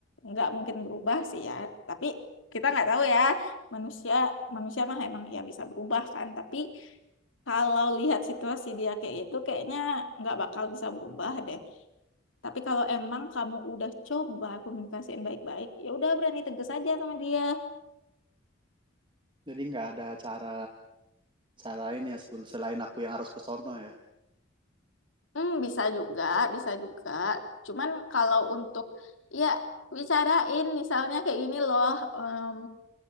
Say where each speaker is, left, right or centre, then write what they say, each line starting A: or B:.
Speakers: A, on the left; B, on the right.
A: nggak mungkin berubah sih ya. Tapi kita nggak tahu ya, manusia manusia mah emang ya bisa berubah kan. Tapi kalau lihat situasi dia kayak gitu, kayaknya nggak bakal bisa berubah deh. Tapi kalau emang kamu udah coba komunikasiin baik-baik, ya udah berani tegas aja sama dia.
B: jadi nggak ada cara Selain ya sebelum selain aku yang harus ke sono ya.
A: Hmm, bisa juga, bisa juga. Cuman kalau untuk ya bicarain misalnya kayak gini loh, em,